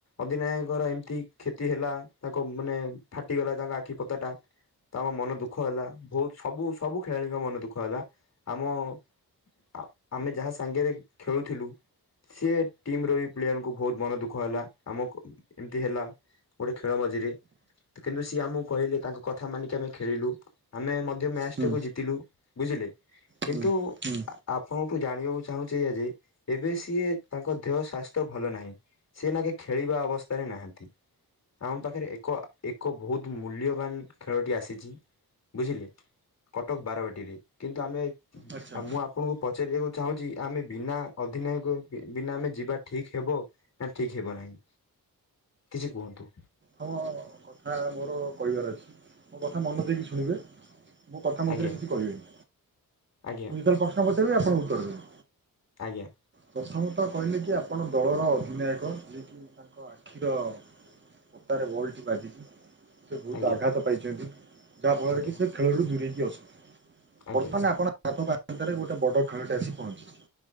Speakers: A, on the left; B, on the right.
A: ଅଧିନାୟକର ଏମିତି କ୍ଷତି ହେଲା ତାଙ୍କ ମାନେ ଫାଟିଗଲା ତାଙ୍କ ଆଖି ପତା ଟା ତ ଆମ ମନ ଦୁଃଖ ହେଲା ବହୁତ ସବୁ ସବୁ ଖେଳାଳିଙ୍କ ମନ ଦୁଃଖ ହେଲା ଆମ ଆ ଆମେ ଯାହା ସାଙ୍ଗରେ ଖେଳୁଥିଲୁ ସି ଟିମ ର ବି ପ୍ଲେୟରଙ୍କୁ ବହୁତ ମନ ଦୁଃଖ ହେଲା ଆମକୁ ଏମିତି ହେଲା ଗୋଟେ ଖେଳ ମଝିରେ ତ କିନ୍ତୁ ସିଏ ଆମକୁ କହିଲେ ତାଙ୍କ କଥା ମାନିକି ଆମେ ଖେଳିଲୁ ଆମେ ମଧ୍ୟ ମ୍ୟାଚଟାକୁ
B: ହୁଁ
A: ଜିତିଲୁ ବୁଝିଲେ
B: ହୁଁ।
A: କିନ୍ତୁ
B: ହୁଁ
A: ଆପଣଠୁ ଜାଣିବାକୁ ଚାହୁଁଛ ଏଇୟା ଯେ ଏବେ ସିଏ ତାଙ୍କ ଦେହ ସ୍ୱାସ୍ଥ୍ୟ ଭଲ ନାହିଁ ସିଏ ତାଙ୍କେ ଖେଳିବା ଅବସ୍ଥାରେ ନାହାନ୍ତି। ଆମ ପାଖରେ ଏକ ଏକ ବହୁତ ମୂଲ୍ୟବାନ ଖେଳଟି ଆସିଛି। ବୁଝିଲେ କଟକ ବାରବାଟୀରେ କିନ୍ତୁ ଆମେ
B: ଆଚ୍ଛା
A: ମୁଁ ଆପଣଙ୍କୁ ପଚାରିବାକୁ ଚାହୁଁଛି ଆମେ ବିନା ଅଧିନାୟକ ବିନା ଆମେ ଯିବା ଠିକ ହବ ନା ଠିକ ହେବ ନାହିଁ କିଛି କୁହନ୍ତୁ?
B: ହମ କଥା ମୋର କହିବାର ଅଛି ମୋ କଥା ମନ ଦେଇକି ଶୁଣିବେ ମୋ କଥା ମଧ୍ୟରେ
A: ଆଜ୍ଞା
B: କିଛି କହିବେନି
A: ଆଜ୍ଞା
B: ମୁଁ ଯେତେବେଳେ ପ୍ରଶ୍ନ ପଚାରିବି ଆପଣଙ୍କୁ ଉତ୍ତର ଦେବେ
A: ଆଜ୍ଞା।
B: ପ୍ରଥମତଃ କହିଲେ କି ଆପଣ ଦଳର ଅଧିନାୟକ ଯିଏ କି ଆଖିର ପତାରେ ବଲ୍ ଟି ବାଜି ସେ ବହୁତ
A: ଆଜ୍ଞା
B: ଆଘାତ ପାଇଛନ୍ତି ଯାହାଫଳରେ
A: ଆଜ୍ଞା
B: କି ସେ ଖେଳରୁ ଦୂରେଇକି ଅଛନ୍ତି।
A: ଆଜ୍ଞା
B: ବର୍ତ୍ତମାନ ଆପଣଙ୍କ ହାତ ପାନ୍ତରେ ଗୋଟେ ବର୍ଡର ଖେଳଟି ଆସି ପହଞ୍ଚିଛି।